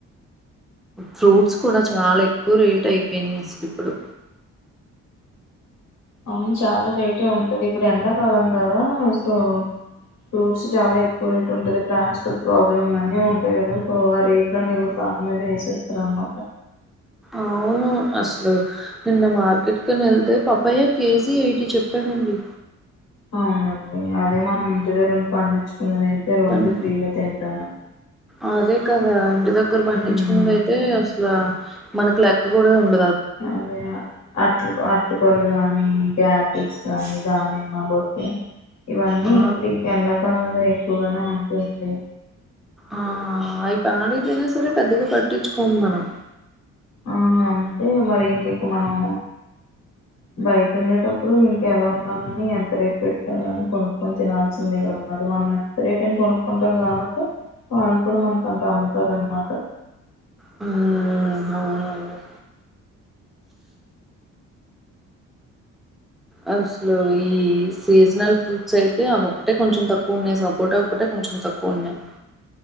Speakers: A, in the centre; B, on the left.
A: ఫ్రూట్స్ కూడా చాలా ఎక్కువ రేట్ అయిపోయినాయి అసలు ఇప్పుడు
B: అవును చాలా రేటే ఉంటది ఇప్పుడు ఎండాకాలం కదా సో ఫ్రూట్స్ చాలా ఎక్కువ రేట్ ఉంటది ట్రాన్స్పోర్ట్ ప్రాబ్లమ్ అన్ని ఉంటాయి కదా సో ఆ రేట్లన్నీ కూడా దాని మీద వేసేస్తారు అనమాట
A: ఆవును అసలు నిన్న మార్కెట్ కని వెళ్తే పప్పయ్య కేజీ ఎయిటీ చెప్ పఢడి
B: అవునండి అదే మనం ఇంటి దగ్రని పండించ కున్నదయితే రోజు
A: కానీ
B: ఫ్రీగా తింటాంండి
A: అదే కదే ఇంటి దగ్గర పండించుకుంద
B: ఉమ్
A: అయితే అసలు మనకు లెక్క కూడా ఉంది
B: అదే అట్లు అట్టుపళ్ళు గాని గ్యాపిల్స్ కాని దానిమ్మ బొట్ట ఇవన్నీ
A: ఆ
B: ఇప్పుడుం ఎండాకాలంలో ఎక్కువగానే ఉంటాడి
A: ఆ అయి పాడపోయినా సరే పెద్దగా పట్టించుకోము మనం
B: ఆ అంతే మరి ఇంక ఇక మనం బయట ఉండేటప్పుడు ఇంకెలా ఉండాలని ఎంత రేట్ పెట్టాలని కొనుక్కొని తినాల్సిందే కదా మరి మనం ఎంత రేట్ అని కొనుక్కుంటాం కాబట్టి వాళ్ళు కూడా మనక అంత అమ్ముతారు అనమాట
A: ఉ మ అస్లోయిస్ సీజనల్ ఫ్రూట్స్ అయితే అ ఒకక్కటే కొంచెం తక్కువ ఉన్నాయి సపోటా ఒకటే కొంచెం తక్కువ ఉన్నాయి